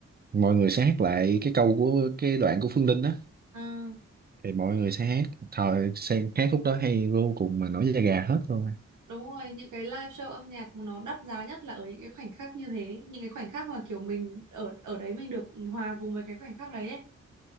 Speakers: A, on the right; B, on the right.
A: mọi người sẽ hát lại cái câu của cái đoạn của Phương Linh á
B: à
A: thì mọi người sẽ hát thời sẽ hát khúc đó hay vô cùng mà nổi da gà hết luôn á.
B: đúng rồi, những cái live show âm nhạc nó đắt giá nhất là ở những cái khoảnh khắc như thế, những cái khoảnh khắc mà kiểu mình ở ở đấy mình được hòa cùng với cái khoảnh khắc đấy ấy.